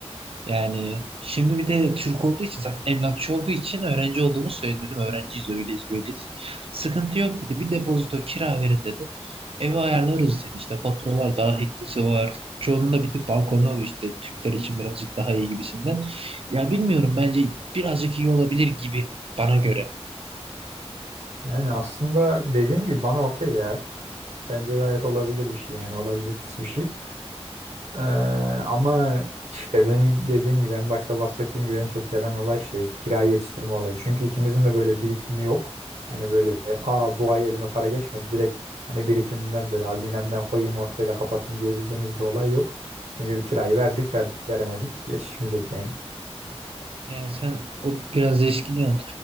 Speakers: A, on the right; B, on the right.
A: Yani şimdi bir de Türk olduğu için zaten emlakçı olduğu için öğrenci olduğumu söyledi dedim. Öğrenciyiz öyleyiz böyleyiz. Sıkıntı yok dedi. Bir depozito kira verin dedi. Evi ayarlarız dedi. İşte faturalar dahilisi var. Çoğunun da bir tık balkonu oluyor işte Türkler için birazcık daha iyi gibisinden. Ya bilmiyorum bence birazcık iyi olabilir gibi bana göre.
B: Yani aslında dediğim gibi bana okey ya. Bence gayet olabilir bir şey yani olabilitesi bir şey. Ee, ama işte beni dediğim gibi en başta bahsettiğim gibi en çok gelen olay şey kirayı yetiştirme olayı. Çünkü ikimizin de böyle birikimi yok. Hani böyle aa bu ay elime para geçmedi direkt hani birikimden böyle hazinemden koyayım ortaya da kapatayım diyebileceğimiz bir olay yok. Çünkü kirayı verdik verdik veremedik yetişmeyecek yani.
A: Yani sen o biraz eşkiniyorsun.